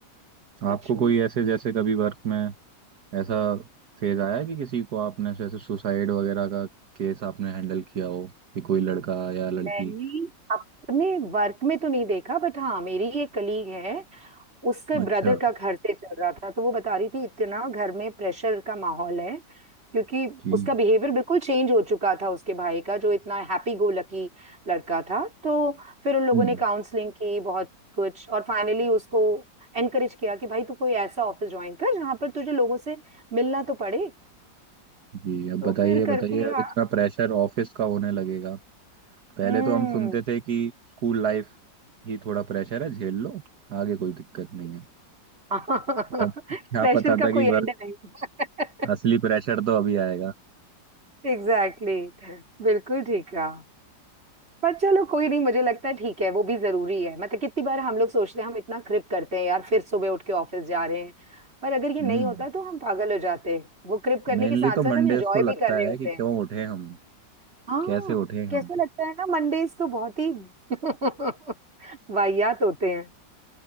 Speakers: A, on the right; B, on the right.
A: आपको
B: सच में
A: कोई ऐसे जैसे कभी वर्क में ऐसा फेज आया है कि किसी को आपने जैसे सुसाइड वगैरह का केस आपने हैंडल किया हो कि कोई लड़का या लड़की
B: मैंने अपने वर्क में तो नहीं देखा बट हाँ मेरी एक कलीग है उसके
A: अच्छा
B: ब्रदर का घर से चल रहा था तो वो बता रही थी इतना घर में प्रेशर का माहौल है क्योंकि
A: जी
B: उसका बिहेवियर बिल्कुल चेंज हो चुका था उसके भाई का जो इतना हैप्पी गो लकी लड़का था तो फिर उन लोगों
A: हम्म
B: ने काउंसलिंग की बहुत कुछ और फाइनली उसको एनकरेज किया कि भाई तू कोई ऐसा ऑफिस ज्वाइन कर जहां पर तुझे लोगों से मिलना तो पड़े
A: जी अब
B: तो
A: बताइए
B: फिर
A: बताइए
B: करके
A: इतना
B: आ-
A: प्रेशर ऑफिस का होने लगेगा पहले
B: हम्म
A: तो हम सुनते थे कि स्कूल लाइफ ही थोड़ा प्रेशर है झेल लो आगे कोई दिक्कत नहीं है
B: <laughs>
A: फिर अब क्या
B: प्रेशर
A: पता
B: का
A: था
B: कोई
A: कि
B: एंड
A: वर्क
B: नहीं <laughs>
A: असली प्रेशर तो अभी आएगा
B: Exactly exactly. बिल्कुल ठीक है पर चलो कोई नहीं मुझे लगता है ठीक है वो भी जरूरी है मतलब कितनी बार हम लोग सोचते हैं हम इतना क्रिप करते हैं यार फिर सुबह उठ के ऑफिस जा रहे हैं पर अगर ये
A: हम्म
B: नहीं होता तो हम पागल हो जाते हैं वो क्रिप करने
A: मेनली
B: के साथ
A: तो मंडेज
B: साथ हम एंजॉय
A: को लगता
B: भी कर रहे
A: है
B: होते
A: कि
B: हैं
A: क्यों उठे हम
B: हाँ
A: कैसे उठे
B: कैसा
A: हम
B: लगता है ना मंडेज तो बहुत ही <laughs> वाहियात होते हैं